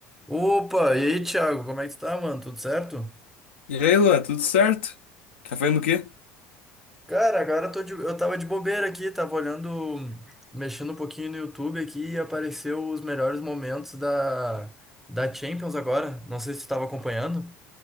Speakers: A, in the centre; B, on the left.
A: Opa, e aí, Thiago, como é que tu tá, mano? Tudo certo?
B: E aí, Luan, tudo certo? Tá fazendo o quê?
A: Cara, agora eu tô de- eu tava de bobeira aqui, tava olhando, mexendo um pouquinho no YouTube aqui e apareceu os melhores momentos da, da Champions agora. Não sei se tu tava acompanhando.